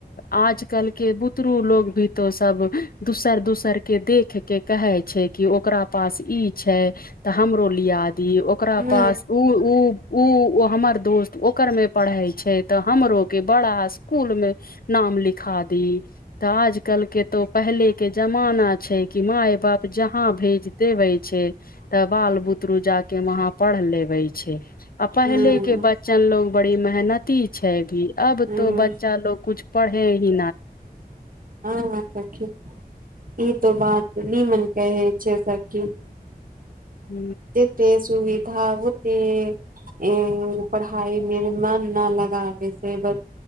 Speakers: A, on the left; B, on the right.
A: आजकल के बुतरू लोग भी तो सब दूसर दूसर के देख के कहे छैय कि ओकरा पास ई छैय तऽ हमरो लियाज ओकरा
B: ह
A: पास उ उ ऊ हमर दोस्त ओकर मे पढ़े छैय। हमरो के बड़ा स्कूल मे नाम लिखा दी तऽ आजकल के तो पहल पहिले के जमाना छैय कि माय बाप जहा भेज देवे छैय तब बाल बुतरू जा के वहा पढ़ लेबे छै आ पहले
B: ह
A: के बच्चन लोग बड़ी मेहनती छै भी अब
B: ह
A: तो बच्चा लोग कुछ पढ़े ही
B: हँ सखी ई तो बात निमन कहेैत छैक सखि
A: ह
B: जेेते सुविधा होते पढ़ाई मे मन न लगे से